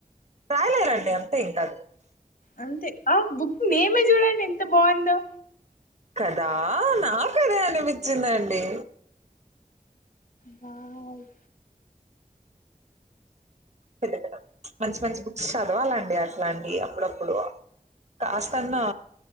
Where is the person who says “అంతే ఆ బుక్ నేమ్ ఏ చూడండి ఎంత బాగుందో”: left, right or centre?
Left